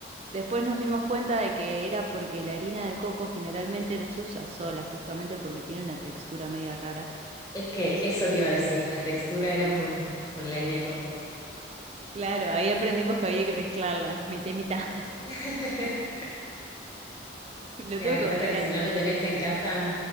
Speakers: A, on the right (about 35°); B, on the left (about 20°).
A: después nos dimos cuenta de que era porque la harina de coco generalmente no se usa sola, justamente porque tiene una textura media rara.
B: Es que
A: Y s-
B: eso te iba a decir, la textura era por, por la harina de coco.
A: claro, ahí aprendimos que había que mezclarla, mitad y mitad. <laughs>
B: <laughs>
A: Lo
B: Claro,
A: tengo que volver
B: pasa que
A: a
B: si
A: hacer.
B: no lo tenés en casa,